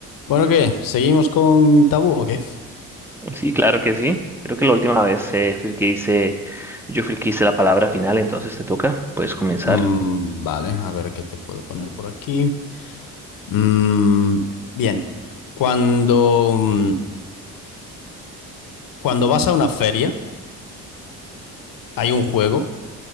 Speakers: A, on the left; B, in the centre.
A: Bueno, ¿qué? ¿Seguimos con tabú o qué?
B: Sí, claro que sí. Creo que la última vez eh, fui el que hice, yo fui el que hice la palabra final, entonces te toca. Puedes comenzar.
A: Mm, vale, a ver qué te puedo poner por aquí. Mm, bien, cuando, mm, cuando vas a una feria, hay un juego